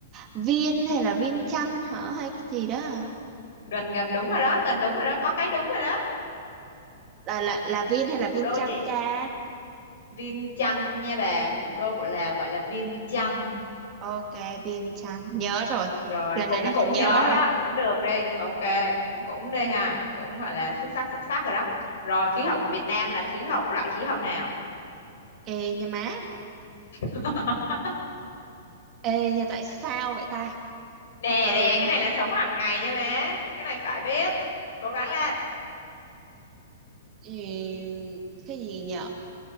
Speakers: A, on the right; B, on the left.
A: Viên hay là Viên Chanh hả hay cái gì đó à?
B: gần gần đúng rồi đó gần đúng rồi đó có cái đúng rồi đó
A: là là là viên hay là
B: thủ
A: viên
B: đô
A: chanh
B: gì
A: cha
B: Viêng Chăn nha bà thủ đô của Lào gọi là Viêng Chăn
A: ok viên chanh nhớ rồi
B: Rồi
A: lần
B: cũng
A: này là
B: cũng
A: phải nhớ
B: nhớ
A: rồi
B: đó, cũng được đi. Ok, cũng cũng đi ha. Cũng gọi là xuất sắc xuất sắc rồi đó. Rồi khí hậu của Việt Nam là khí hậu loại khí hậu nào?
A: ê nha má
B: <laughs>
A: ê nha tại sao vậy ta
B: Nè
A: từ từ
B: nè,
A: nha
B: cái này là sống hàng ngày nha bé. Cái này phải biết. Cố gắng lên.
A: Ừ, cái gì nhở